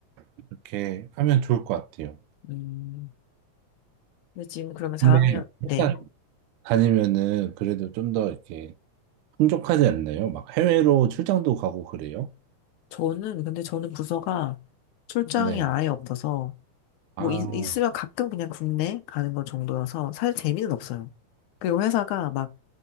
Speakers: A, on the right; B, on the left.
A: 이렇게 하면 좋을 것 같아요.
B: 음. 근데 지금 그러면 4학년,
A: 근데
B: 네.
A: 회사 다니면은 그래도 좀 더 이렇게 풍족하지 않나요? 막 해외로 출장도 가고 그래요?
B: 저는, 근데 저는 부서가 출장이
A: 네.
B: 아예 없어서, 뭐,
A: 아,
B: 있, 있으면 가끔 그냥 국내 가는 것 정도여서, 사실 재미는 없어요. 그리고 회사가 막